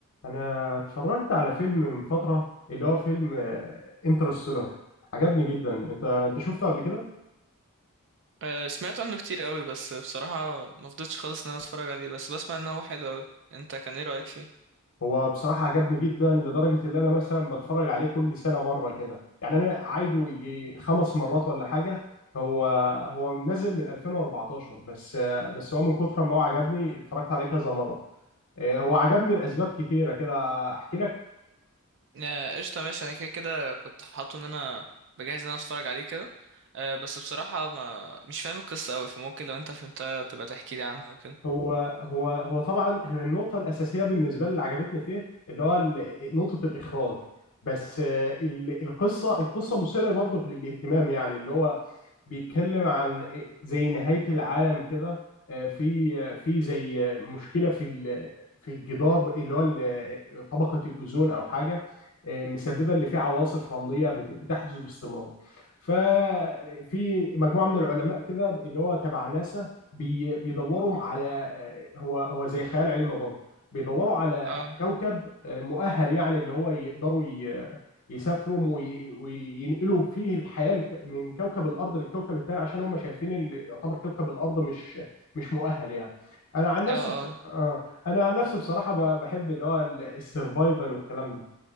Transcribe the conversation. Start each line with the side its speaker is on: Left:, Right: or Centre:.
Left: انا اتفرجت على فيلم من فتره اللي هو فيلم انترستيلر عجبني جدا انت انت شفته قبل كده
Right: آه، سمعت عنه كتير قوي بس بصراحة ما فضيتش خالص ان انا اتفرج عليه بس بسمع انه هو حلو قوي انت كان ايه رأيك فيه
Left: هو بصراحه عجبني جدا لدرجه ان انا مثلا بتفرج عليه كل سنه مره كده يعني انا عايده يجي خمس مرات ولا حاجه هو هو نزل من 2014 بس آه، بس هو من كثر ما هو عجبني اتفرجت عليه كذا مره آه، هو عجبني لاسباب كتيره كده احكي لك
Right: آه، قشطة ماشي انا كده كده كنت حاطه ان انا بجهز ان انا اتفرج عليه كده آه، بس بصراحة ما مش فاهم القصة قوي فممكن لو انت فهمتها تبقى تحكي لي عنها او كده
Left: هو هو هو طبعا هي النقطة الأساسية بالنسبة لي اللي عجبتني فيه اللي هو ال- نقطة الإخراج بس آه، ال- القصة القصة مثيرة برضه للاهتمام يعني اللي هو بيتكلم عن زي نهاية العالم كده آه، في آه، في زي آه، مشكلة في ال- في الجدار اللي هو ال- طبقة الأوزون أو حاجة آه، مسببة اللي فيه عواصف رملية بت- بتحدث باستمرار ففي مجموعة من العلماء كده اللي هو تبع ناسا بي بيدوروا على آه، هو هو زي خيال علمي برضه بيدوروا على
Right: اه
Left: كوكب آه، مؤهل يعني اللي هو يقدروا ي- يسافروا وي- وينقلوا فيه الحياة لك- من كوكب الأرض للكوكب التاني عشان هم شايفين اللي يعتبر كوكب الأرض مش مش مؤهل يعني أنا عن نفسي
Right: اه
Left: بص... آه، أنا عن نفسي بصراحة ب- بحب اللي هو السرفايفل والكلام ده